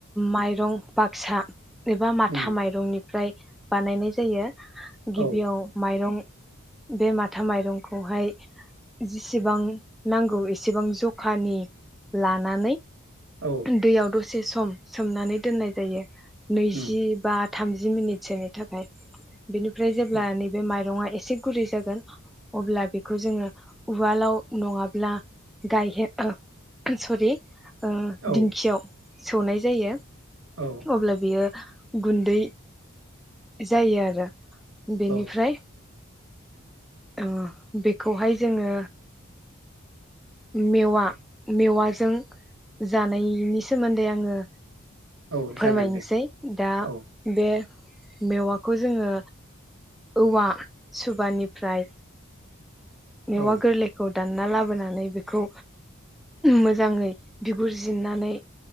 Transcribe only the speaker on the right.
उम
औ
औ
उम
औ
औ
औ
औ
औ
जागोन दे
औ
औ